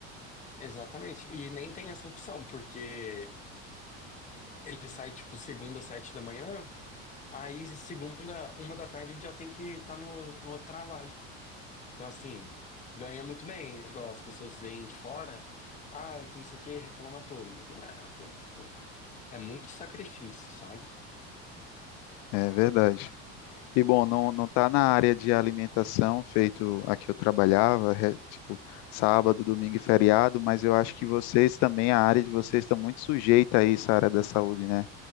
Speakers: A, on the left; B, on the left.
A: Exatamente. E nem tem essa opção, porque ele sai, tipo, segunda, sete da manhã, aí segunda, uma da tarde, já tem que estar no, no outro trabalho. Então, assim, ganha muito bem. Igual as pessoas veem de fora, ah, que não sei o que, reclama à toa. Mas não é à toa, tipo. É muito sacrifício, sabe?
B: É verdade. E bom, não, não tá na área de alimentação, feito a que eu trabalhava, re- tipo, sábado, domingo e feriado, mas eu acho que vocês também, a área de vocês está muito sujeita a isso, a área da saúde, né?